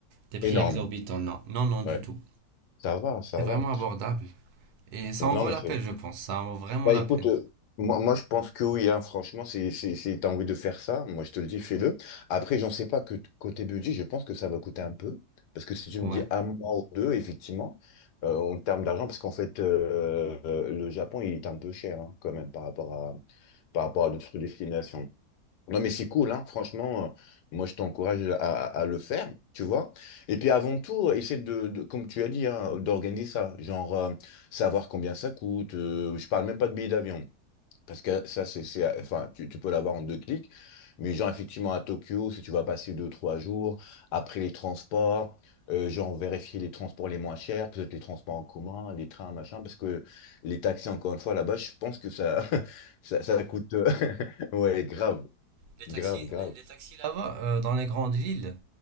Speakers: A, on the right; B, on the left.
A: des prix
B: Énorme.
A: exorbitants. Non, non, non, du
B: Ouais.
A: tout.
B: Ça va, ça
A: C'est vraiment
B: va.
A: abordable. Et ça en
B: Non,
A: vaut
B: mais
A: la
B: c'est.
A: peine, je pense. Ça en vaut vraiment
B: Bah
A: la
B: écoute,
A: peine.
B: euh, moi, moi je pense que oui, hein, franchement, si, si, si tu as envie de faire ça, moi je te le dis, fais-le. Après, j'en sais pas que t- côté budget, je pense que ça va coûter un peu. Parce que si tu
A: Ouais.
B: me dis un mois ou deux, effectivement, euh, en termes d'argent, parce qu'en fait, euh, euh, le Japon, il est un peu cher hein, quand même par rapport à par rapport à d'autres destinations. Non, mais c'est cool, hein. Franchement, euh, moi, je t'encourage à, à- à le faire, tu vois. Et puis, avant tout, essaie de, de- comme tu as dit, hein, d'organiser ça. Genre, euh, savoir combien ça coûte. euh, je parle même pas de billets d'avion. Parce que ça, c'est, c'est- enfin, tu, tu peux l'avoir en deux clics. Mais genre, effectivement, à Tokyo, si tu vas passer deux, trois jours, après les transports, euh, genre, vérifier les transports les moins chers, peut-être les transports en commun, les trains, machin, parce que les taxis, encore une fois, là-bas, je pense que ça, <laughs> ça, ça coûte, euh, <laughs> ouais, grave.
A: Les taxis,
B: Grave, grave.
A: les, les taxis là-bas, euh, dans les grandes villes,